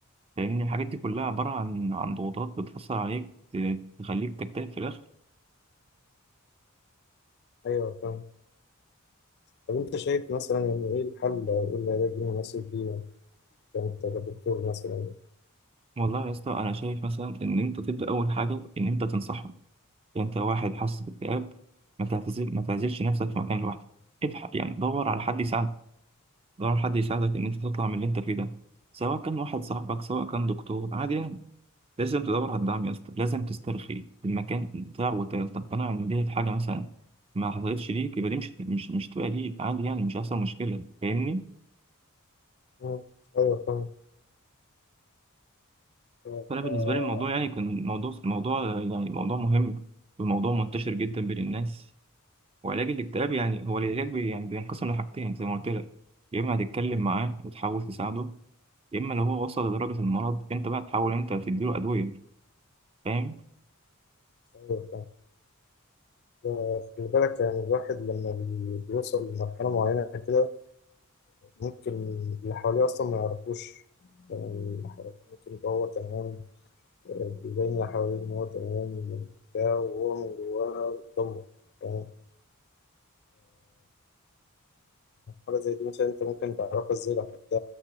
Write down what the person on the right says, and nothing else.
لأن الحاجات دي كلها عبارة عن عن ضغوطات بتأثر عليك ت- تخليك تكتئب في الآخر
والله يا اسطى أنا شايف مثلا إن أنت تبدأ أول حاجة إن أنت تنصحهم يعني أنت واحد حاسس باكتئاب ما تعتزل ما تعزلش نفسك في مكان لوحدك ابحث يعني دور على حد يساعدك ضروري حد يساعدك إن أنت تطلع من اللي أنت فيه ده سواء كان واحد صاحبك سواء كان دكتور عادي يعني لازم تدور على الدعم يا اسطى لازم تسترخي المكان بتاع وتقتنع إن دي حاجة مثلا ما حصلتش ليك يبقى دي مش مش مش تبقى ليك عادي يعني مش هيحصل مشكلة فاهمني؟
فأنا بالنسبة لي الموضوع يعني كان موضوع موضوع يعني موضوع مهم وموضوع منتشر جدا بين الناس وعلاج الاكتئاب يعني هو العلاج بي- يعني بينقسم لحاجتين زي ما قلت لك يا إما هتتكلم معاه وتحاول تساعده يا اما لو هو وصل لدرجه المرض انت بقى تحاول انت تديله ادويه فاهم